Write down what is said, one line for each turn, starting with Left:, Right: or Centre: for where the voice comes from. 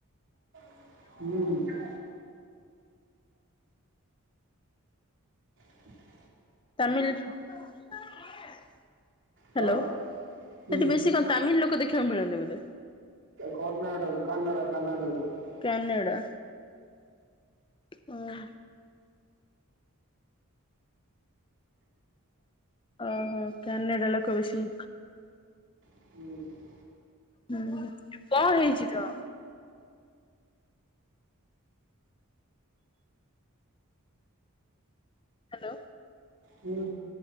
Right: ହୁଁ। <unintelligible>
Left: ତାମିଲ ହ୍ୟାଲୋ
Right: କଣ
Left: ସେଠି
Right: ହୁଁ
Left: ବେଶ୍ ସି କଣ ତାମିଲ ଲୋକ ଦେଖିବାକୁ ମିଳନ୍ତି ବୋଧେ?
Right: କର୍ଣାଟକ କାନାଡା କାନାଡା ଲୋକ।
Left: କାନେଡ଼ା। ହଁ। ଓହୋ କ୍ୟାନାଡ଼ା ଲୋକ ବେଶୀ।
Right: ହୁଁ।
Left: ହୁଁ କଣ ହେଇଛି ତୋର? ହ୍ୟାଲୋ।
Right: ହୁଁ।